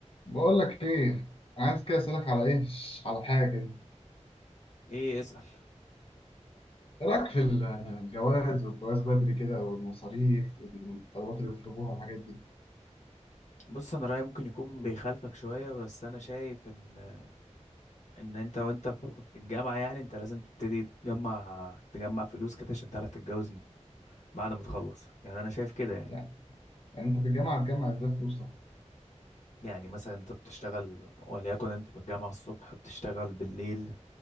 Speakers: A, on the left (about 50°); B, on the left (about 75°).
A: بقول لك ايه عايز كده اسالك على ايه على حاجه كده
B: ايه اسأل
A: ايه رايك في الجواز والجواز بدري كده والمصاريف والطلبات اللي بيطلبوها والحاجات دي
B: بص انا رأيي ممكن يكون بيخالفك شوية بس انا شايف ان ان انت وانت في الجامعة يعني انت لازم تبتدي تجمع تجمع فلوس كده عشان تعرف تتجوز مت- بعد ما تخلص يعني انا شايف كده يعني
A: يعني يعني انت في الجامعه هتجمع ازاي فلوسك
B: يعني مثلا انت بتشتغل وليكن انت في الجامعة الصبح بتشتغل بالليل